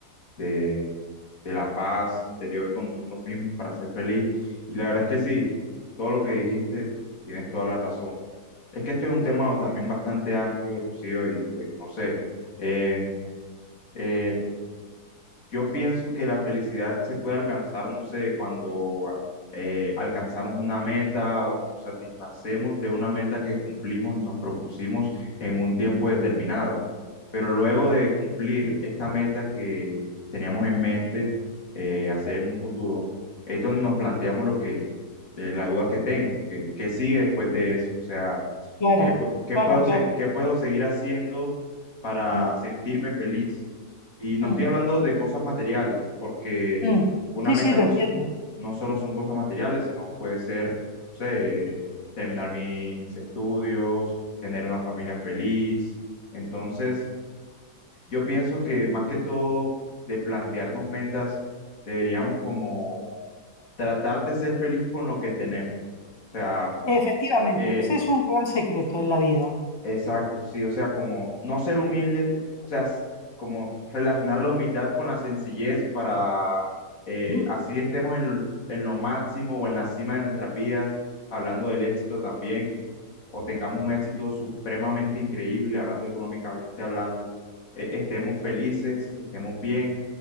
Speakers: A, on the left; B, on the left.
A: de- de la paz interior con nosotros mismos para ser feliz. Y la verdad es que sí, todo lo que dijiste, tienes toda la razón. Es que esto es un tema también bastante amplio, Rocío, y pues no sé. eh, eh, Yo pienso que la felicidad se puede alcanzar, no sé, cuando eh, alcanzamos una meta o nos satisfacemos de una meta que cumplimos y nos propusimos en un tiempo determinado. Pero luego de cumplir esta meta que teníamos en mente eh, hacer en un futuro, es donde nos planteamos lo que, eh, la duda que tengo, que, qué sigue después de eso. O sea,
B: Claro,
A: ¿Qué, pu- qué
B: claro,
A: puedo, se-
B: claro.
A: qué puedo seguir haciendo para
B: Mm,
A: sentirme feliz? Y no
B: mm,
A: estoy hablando de cosas materiales, porque
B: mm.
A: una
B: Sí,
A: meta
B: sí, te
A: no,
B: entiendo.
A: s- no solo son cosas materiales, sino puede ser, no sé, terminar mi- mis estudios, tener una familia feliz. Entonces, yo pienso que más que todo de plantearnos metas, deberíamos como tratar de ser feliz con lo que tenemos. O sea,
B: Efectivamente,
A: eh,
B: ese es un gran secreto en la vida.
A: Exacto, sí, o sea, como no ser humildes, o sea, s- como relacionar la humildad con la sencillez para eh,
B: Mm,
A: así estemos en, l- en lo máximo o en la cima de nuestras vidas, hablando del éxito también, o tengamos un éxito supremamente increíble, hablando económicamente hablando, eh, estemos felices, estemos bien,